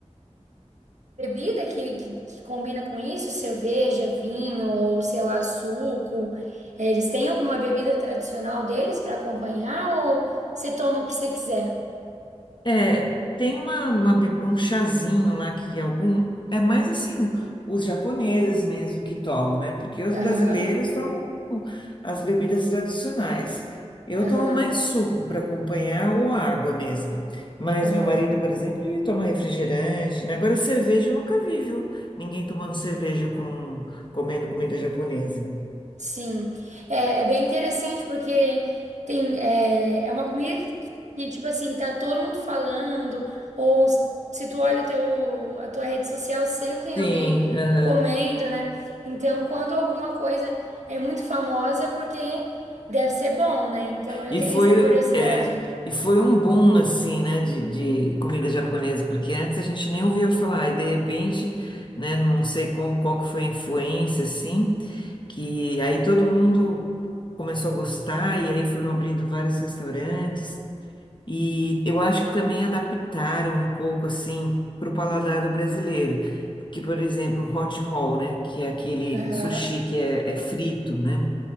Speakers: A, on the right; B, on the left.
A: Bebida que, que, que combina com isso, cerveja, vinho ou sei lá, suco. É, Eles têm alguma bebida tradicional deles para acompanhar ou você toma o que você quiser?
B: É, tem uma, uma bi- um chazinho lá que algum. É mais assim, os japoneses mesmo que tomam, né? Porque os
A: Aham,
B: brasileiros tomam as bebidas tradicionais. Eu
A: aham,
B: tomo mais suco para acompanhar ou água mesmo. Mas
A: aham.
B: meu marido, por exemplo, ele toma refrigerante, né? Agora, cerveja eu nunca vi, viu? Ninguém tomando cerveja com, comendo comida japonesa.
A: Sim, é, é bem interessante porque tem é, é uma comida que, que, tipo assim, tá todo mundo falando, ou s- se tu olha o teu, a tua rede social, sempre tem
B: Sim,
A: alguém
B: aham.
A: comendo, né? Então, quando alguma coisa é muito famosa, é porque deve ser bom, né? Então, eu
B: E
A: tenho
B: foi,
A: essa curiosidade.
B: é, e foi um boom, assim, né, de, de comida japonesa, porque antes a gente nem ouvia falar, e de repente, né, não sei qual, qual que foi a influência, assim, que aí todo mundo começou a gostar, e aí foram abrindo vários restaurantes, e eu acho que também adaptaram um pouco, assim, para o paladar do brasileiro, que, por exemplo, o hot roll, né, que é aquele
A: Aham.
B: sushi que é é frito, né,